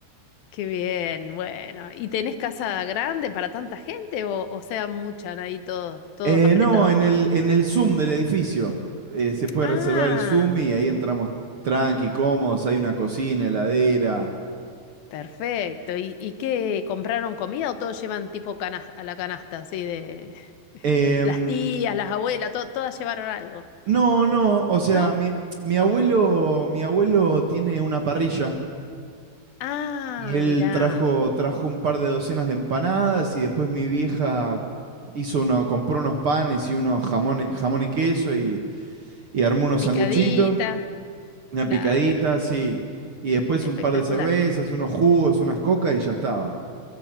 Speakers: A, on the left; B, on the right.
A: Qué bien, bueno. ¿Y tenés casa grande para tanta gente o, o sea, muchan ahí todos, todos
B: Eh,
A: apretados
B: no, en
A: igual?
B: el, en el Zoom del edificio. eh, se puede
A: Ah,
B: reservar el Zoom y ahí entramos tranqui, cómodos, hay una cocina, heladera.
A: perfecto. ¿Y, y qué? ¿Compraron comida o todos llevan tipo canas- a la canasta, así de
B: Em,
A: las tías, las abuelas, to- todas llevaron algo?
B: no, no, o sea,
A: ¿No?
B: mi, mi abuelo, mi abuelo tiene una parrilla
A: Ah,
B: Y él
A: mirá,
B: trajo, trajo un par de docenas de empanadas y después mi vieja hizo uno, compró unos panes y unos jamón, jamón y queso y, y armó unos
A: picadita.
B: sanguchitos, una
A: Claro,
B: picadita, sí. Y después
A: espectacular.
B: un par de cervezas, unos jugos, unas cocas y ya estaba.